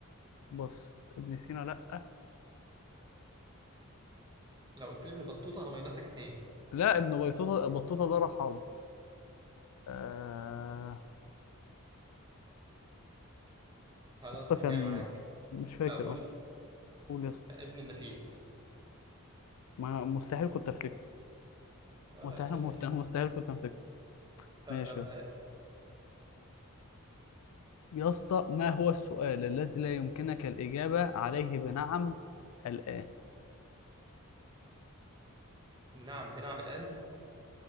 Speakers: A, on the left (about 75°); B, on the right (about 20°).
A: بص ابن سينا لا
B: لو قلت لي ابن بطوطه هميناسك اتنين
A: لا ابن بيتوتا بطوطه ده رحاله آه،
B: خلاص
A: اسطى
B: مش
A: كان
B: جاي معاك
A: مش فاكر
B: اقول
A: اه قول يا اسطى
B: ابن النفيس
A: ما مستحيل كنت افتكر
B: اه
A: مستحيل
B: ابن النفيس
A: مفتاح مستحيل كنت افتكر
B: طب
A: ماشي
B: يلا
A: يا اسطى
B: ها
A: يا اسطى ما هو السؤال الذي لا يمكنك الإجابة عليه بنعم الآن إيه
B: نعم بنعم الآن